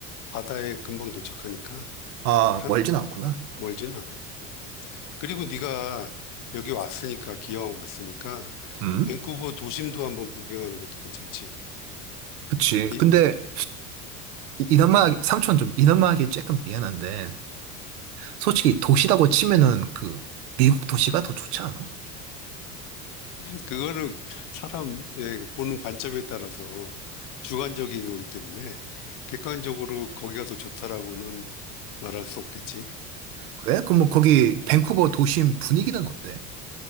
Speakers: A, on the left; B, on the right.
A: 바다에 금방 도착하니까
B: 아,
A: 사-
B: 멀진 않구나.
A: 멀진 않아. 음. 그리고 네가 여기 왔으니까, 기왕 왔으니까
B: 음,
A: 밴쿠버 도심도 한번 구경하는 것도 괜찮지.
B: 그치.
A: 이-
B: 근데, 이- 이남아, 삼촌 좀, 이남아 하기 조금 미안한데, 솔직히 도시라고 치면은 그, 미국 도시가 더 좋지 않아?
A: 그거는 사람의 보는 관점에 따라서 주관적인 거기 때문에 객관적으로 거기가 더 좋다라고는 말할 수 없겠지.
B: 그래? 그럼 뭐 거기, 밴쿠버 도심 분위기는 어때?